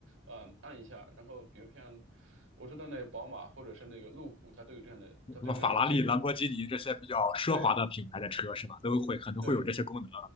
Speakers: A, on the right; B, on the left.
A: 呃按一下，然后比如像我知道那个宝马或者是那个路虎，它都有这样的，它都有这样的配置。
B: 什么法拉利、兰博基尼这些比较奢华的品牌的车是吧？
A: 对
B: 都会可能会有这些功能。
A: 对，